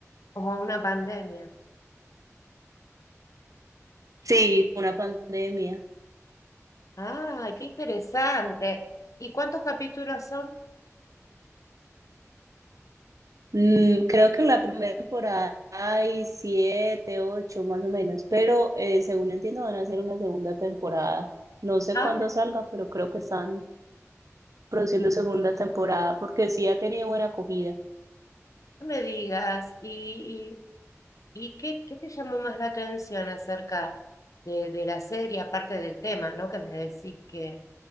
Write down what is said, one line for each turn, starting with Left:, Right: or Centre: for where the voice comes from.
Left: como una pandemia.
Right: Sí, una pandemia.
Left: Ay, qué interesante. ¿Y cuántos capítulos son?
Right: Mm, creo que en la primera temporada hay siete, ocho más o menos, pero eh, según entiendo van a hacer una segunda temporada. No sé
Left: Ah,
Right: cuándo salga, pero creo que están produciendo segunda temporada porque sí ha tenido buena acogida.
Left: no me digas. ¿Y, y, y qué, qué te llamó más la atención acerca de, de la serie, aparte del tema, ¿no? Que me decís que